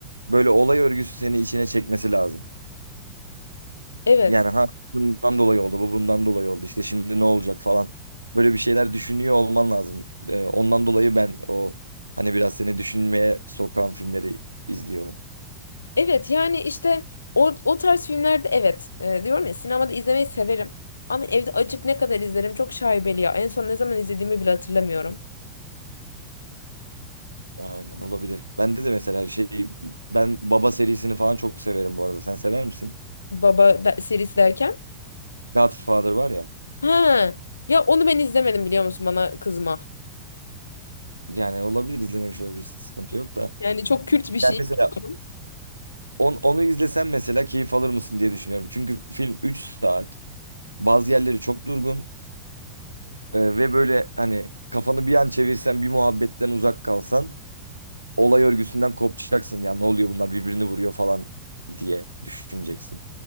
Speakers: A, on the right; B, on the left.
A: Böyle olay örgüsü seni içine çekmesi lazım.
B: Evet.
A: Yani ha bundan dolayı oldu, bu bundan dolayı oldu. İşte şimdi ne olacak falan. Böyle bir şeyler düşünüyor olman lazım. Ee, ondan dolayı ben o hani biraz seni düşünmeye sokan filmleri izliyorum.
B: Evet yani işte o, o tarz filmlerde evet. Ee, diyorum ya sinemada izlemeyi severim. Ama evde açıp ne kadar izlerim çok şaibeli ya. En son ne zaman izlediğimi bile hatırlamıyorum.
A: Aynen olabilir. Bende de mesela şey ben Baba serisini falan çok severim bu arada. Sen sever misin?
B: Baba da, serisi derken.
A: Godfather var ya.
B: He. Ya onu ben izlemedim biliyor musun bana kızma.
A: Yani olabilir izlememiş olabilir. Sıkıntı yok da.
B: Yani çok Kürt bir şey
A: Yani mesela
B: biliyorum.
A: On, onu izlesen mesela keyif alır mısın diye düşünüyorum. Çünkü film 3 saat. Bazı yerleri çok durgun e, ve böyle hani kafanı bir an çevirsen bir muhabbetten uzak kalsan olay örgüsünden kopacaksın. Ya ne oluyor bunlar birbirini vuruyor falan diye düşüneceksin.